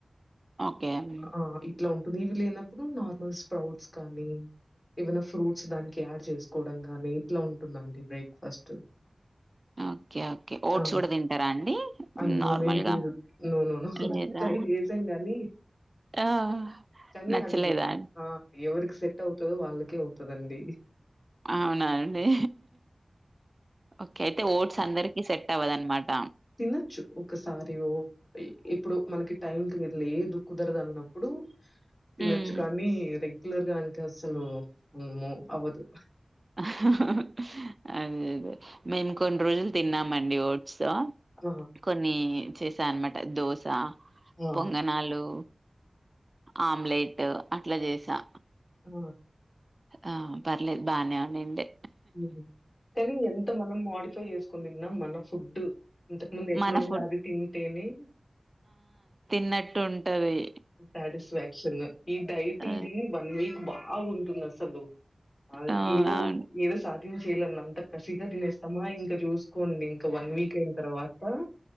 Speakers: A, on the right (about 45°); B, on the left (about 35°).
A: ఓకే మ్మ్
B: ఆ ఇ ట్లా ఉంటుంది, ఇవి లేనప్పుడు నార్మల్ స్ప్రౌట్స్ కానీ ఏవన్నా ఫ్రూట్స్ దానికి యాడ్ చేసుకోవడం కానీ ఇట్లా ఉంటుందండి బ్రేక్ఫాస్ట్.
A: ఓకే ఓకే ఓట్స్
B: ఆ
A: కూడా తింటారా అండి
B: అయ్యో
A: నార్మల్గా
B: లేదు నోనోనో
A: లేదా
B: ట్రై చేసాం గానీ
A: ఆ
B: కానీ
A: నచ్చలేదా
B: అది ఆ ఎవరికి సెట్ అవతదో వాళ్ళకే అవుతది అండి.
A: అవునా అండి. ఓకే అయితే ఓట్స్ అందరికి సెట్ అవ్వదు అనమాట.
B: తినచ్చు ఒకసారి ఓ ఇ ఇప్పుడు మనకి టైంకి లేదు కుదరదు అన్నప్పుడు తినొచ్చు
A: హ్మ్.
B: కానీ రెగ్యులర్గా అంటే అసలు అమ్మో అవ్వదు.
A: హా హా హా అదే అదే మేము కొన్ని రోజులు తిన్నామండి ఓట్స్
B: ఆహా
A: కొన్నీ చేసా అన్నమాట దోశా,
B: ఆ!
A: పొంగనాలు అమ్లెట్ అట్లా చేసా
B: ఆ
A: ఆ పర్లేదు బానే ఉండింది
B: ఉ కానీ ఎంత మనం మామిడికాయ ఏసుకొని తిన్నా మన ఫుడ్ ఇంతకు ముందు ఎట్ల
A: మన
B: వండుతే
A: ఫుడ్
B: అది తింటేనే
A: ఉన్నట్టు ఉంటది
B: సాటిస్ఫాక్షను ఈ డైట్
A: ఆ!
B: ఇది వన్ వీక్ బా బాగుంటుంది అసలు అదేదో
A: అవును. అవును.
B: ఏదో సాధించేయాలనంత కసిగా తినేస్తామా ఇంకా జూస్ కోండి ఇంకా వన్ వీక్ అయిన తర్వాత